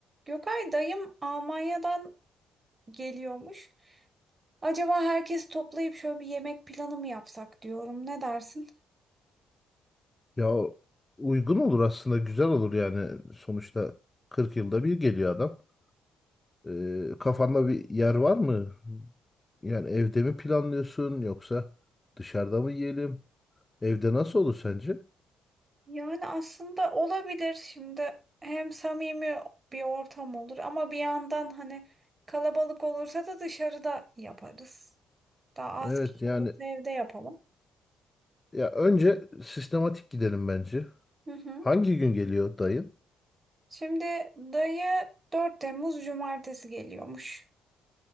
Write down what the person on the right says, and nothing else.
Gökay dayım Almanya'dan geliyormuş. Acaba herkes toplayıp şöyle bir yemek planı mı yapsak diyorum. Ne dersin?
Yani aslında olabilir. Şimdi hem samimi bir ortam olur ama bir yandan hani kalabalık olursa da dışarıda yaparız. Daha
az kişi
olursa evde yapalım.
Hı hı.
Şimdi dayı 4 Temmuz Cumartesi geliyormuş.